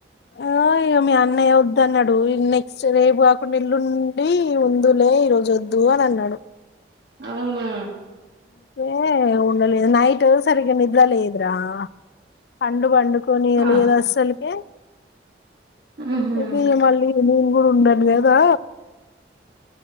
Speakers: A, on the left; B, on the right.
A: ఆ ఇయో మీ అన్నయ్య వద్దు అన్నాడు నెక్స్ట్ రేపు అక్క నల్లుండి ఉందులే ఈ రోజు వద్దు అని అన్నాడు
B: అవునా
A: ఏ ఉండలే నైట్ సరిగా నిదలేదరా కం బం కొనీయలిదు
B: ఆ
A: అస్సలుక
B: ఆహా
A: ఏది మళ్ళి ఇప్పుడు ఉన్నాను కదా